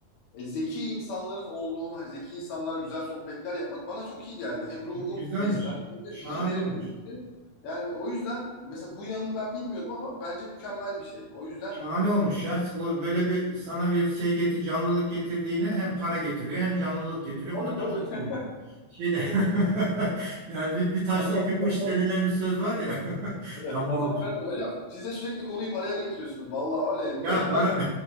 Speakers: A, on the left; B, on the right.
A: e, zeki insanların olduğunu, hani zeki insanlara güzel sohbetler yapmak bana çok iyi geldi. Hem ruhum
B: Güzelmiş.
A: beslendi hem de
B: Şahane
A: fikirlerim
B: olmuş.
A: gelişti. Yani o yüzden mesela bu yanını ben bilmiyordum ama bence mükemmel bir şey. O yüzden
B: Şahane olmuş ya. Bu böyle bir sana bir şey getir, canlılık getirdiğine hem para getiriyor hem canlılık getiriyor.
A: Tabii
B: Buna da
A: tabii.
B: çok sevindim.
A: <laughs>
B: Şeyde <laughs> yani bir, bir taşla
A: Kazan,
B: iki kuş denilen bir söz var ya. <laughs>
A: evet.
B: Tam
A: Kazan
B: olmuş.
A: kazan. Hocam siz de sürekli konuyu paraya getiriyorsunuz. Vallahi var ya
B: Ya
A: bir yerden
B: para